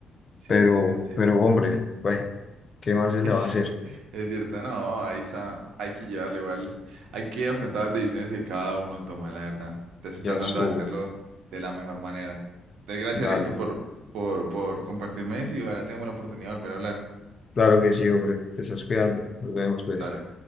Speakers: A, on the right (about 85°); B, on the left (about 35°).
A: sí,
B: Pero,
A: sí, sí, sí.
B: pero hombre, bueno, ¿qué más se le
A: Es,
B: va a hacer?
A: es cierto, no, ahí está, hay que llevarle igual, hay que afrontar las decisiones que cada uno toma, la verdad. Te estoy
B: Ya
A: tratando
B: estuvo.
A: de hacerlo de la mejor manera. Entonces, gracias,
B: Dale.
A: Leito, por, por, por compartirme eso y ojalá tengamos la oportunidad de volver a hablar.
B: Claro que sí, hombre. Te estás cuidando. Nos vemos, pues.
A: Dale.